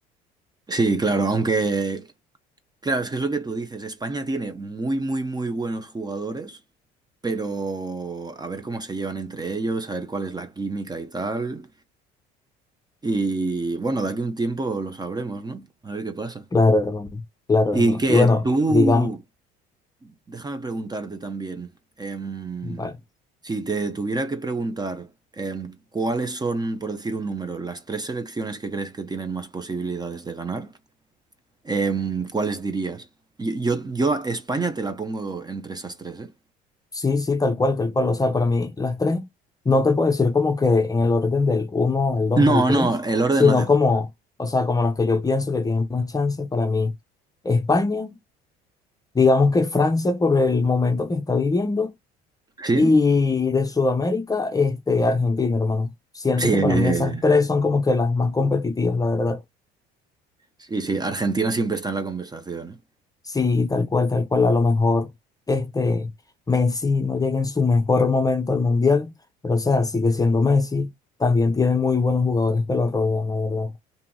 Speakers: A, on the right (about 20°); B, on the left (about 15°).
A: Sí, claro, aunque, claro, es que es lo que tú dices, España tiene muy, muy, muy buenos jugadores, pero a ver cómo se llevan entre ellos, a ver cuál es la química y tal. Y bueno, de aquí a un tiempo lo sabremos, ¿no? A ver qué pasa.
B: Claro, hermano, claro,
A: Y
B: hermano.
A: que
B: Y bueno,
A: tú,
B: digamos,
A: déjame preguntarte también, em,
B: vale,
A: si te tuviera que preguntar em, cuáles son, por decir un número, las tres selecciones que crees que tienen más posibilidades de ganar, em, ¿cuáles dirías? Yo, yo, yo a España te la pongo entre esas tres, ¿eh?
B: sí, sí, tal cual, tal cual. O sea, para mí las tres, no te puedo decir como que en el orden del uno al 2
A: No,
B: al 3,
A: no, el orden
B: sino
A: no hace falta.
B: como, o sea, como los que yo pienso que tienen más chance para mí. España, digamos que Francia por el momento que está viviendo,
A: ¿Sí?
B: y de Sudamérica, este, Argentina, hermano. Siento
A: Sí,
B: que
A: eh,
B: para mí esas tres son como que las más competitivas, la verdad.
A: sí, sí, Argentina siempre está en la conversación, ¿eh?
B: Sí, tal cual, tal cual. A lo mejor este Messi no llega en su mejor momento al Mundial, pero o sea, sigue siendo Messi. También tiene muy buenos jugadores que lo rodean, la verdad.